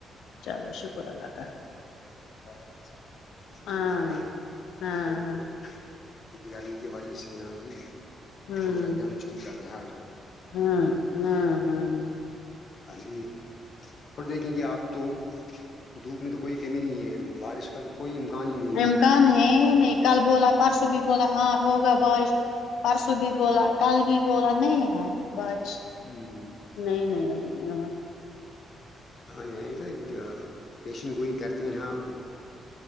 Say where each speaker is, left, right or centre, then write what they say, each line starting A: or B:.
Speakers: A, on the left (about 85°); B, on the left (about 35°).
A: چلو شکر اللہ کاال
B: تا ہے سب
A: ہاں
B: ہونی چاہیے
A: ہاں
B: ان بھی
A: ہاں
B: تو ٹک کرانی کی وجہ سے ہاں جی
A: ہوں
B: ہو جاتے ہے مشکل جاتے ہیں آج لوگ
A: ہاں ہوں ہوں
B: ابھی تھوڑ دیکھیں گے آپ تو دھوپ میں تو کوئی کمی نہیں ہے بارش کا کوئی امکان ہی نہیں
A: امکان ہے نہیں کل بولا پرسوں بھی بولا ہاں ہوگا بعش پرسوں بھی بولا کل بھی بولا نہیں ہے بارش
B: ہوں
A: نہیں نہیں ر
B: ہاں یہ تو ٹیشن گوئی کرتے ہیں یہاں